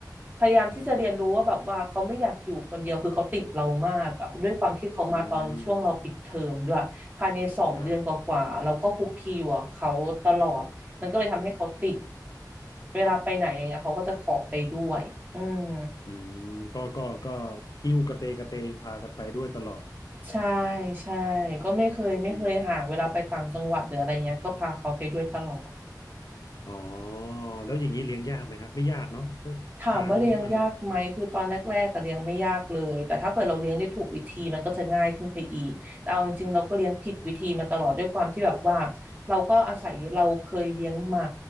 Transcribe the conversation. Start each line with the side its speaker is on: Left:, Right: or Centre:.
Right: พยายามที่จะเรียนรู้ว่าแบบว่าเขาไม่อยากอยู่คนเดียวคือเขาติดเรามากอะด้วยความที่เขามาตอนช่วงเราปิดเทอมด้วยภายในสองเดือนกว่าๆเราก็คุกคีอยู่กับเขาตลอดมันก็เลยทำให้เขาติด
Left: อืมอ่า
Right: เวลาไปไหนอย่างเงี้ยเขาก็จะขอไปด้วยอืม
Left: อืม ก็ก็ก็หิ้วกระเตงกระเตงพากันไปด้วยตลอด
Right: ใช่ใช่ก็ไม่เคยไม่เคยห่างเวลาไปต่างจังหวัดหรืออะไรเงี้ยก็พาเขาไปด้วยตลอด
Left: อืม อ๋อแล้วอย่างนี้เลี้ยงยากไหมฮะไม่ยากเนาะก็ทานอะไร
Right: ถามว่าเลี้ยงยากไหมคือตอนแรกๆก็เลี้ยงไม่ยากเลยแต่ถ้าเกิดเราเลี้ยงได้ถูกวิธีมันก็จะง่ายขึ้นไปอีกแต่เอาจริงๆเราก็เลี้ยงผิดวิธีมาตลอดด้วยความที่แบบว่าเราก็อาศัยเราเคยเลี้ยงหมา